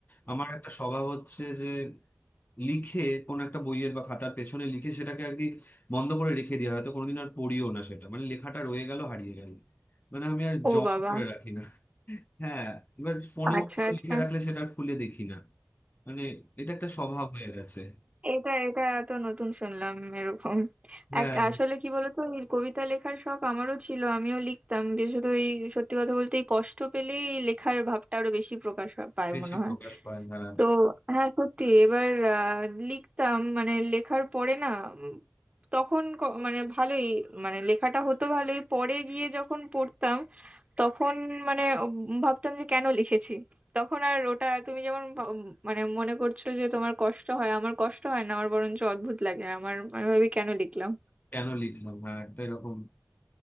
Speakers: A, on the left; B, on the right.
A: আমার একটা স্বভাব হচ্ছে যে লিখে কোন একটা বইয়ের বা খাতার পেছনে লিখে সেটাকে আর কি বন্ধ করে রেখে দেওয়া হয়তো কোনোদিন আর পড়িও না সেটা মানে লেখাটা রয়ে গেল হারিয়ে গেল মানে আমি আর
B: ও
A: জমা
B: বাবা
A: করে রাখি না হ্যাঁ এবার ফোনেও
B: আচ্ছা
A: কোথাও
B: আচ্ছা
A: লিখে রাখলে সেটা আর খুলে দেখি না মানে এটা একটা স্বভাব হয়ে গেছে
B: এটা এটা তো নতুন শুনলাম এরকম
A: হ্যাঁ
B: এক আসলে কি বলতো এই কবিতা লেখার শখ আমারও ছিল আমিও লিখতাম বিশেষত এই সত্যি কথা বলতে এই কষ্ট পেলেই এই লেখার ভাবটা আরো বেশি প্রকাশ হয়- পায়
A: বেশি
B: মনে হয়
A: প্রকাশ পায় না
B: তো হ্যাঁ সত্যি এবার আহ, লিখতাম মানে লেখার পরে না উম, তখন ক- মানে ভালোই মানে লেখাটা হতো ভালোই পরে গিয়ে যখন পড়তাম তখন মানে উম ভাবতাম যে কেন লিখেছি তখন আর ওটা তুমি যেমন ভাব- উম মানে মনে করছো যে তোমার কষ্ট হয় আমার কষ্ট হয় না আমার বরঞ্চ অদ্ভুত লাগে আমার আমি ভাবি কেন লিখলাম
A: কেন লিখলাম হ্যাঁ একটা এরকম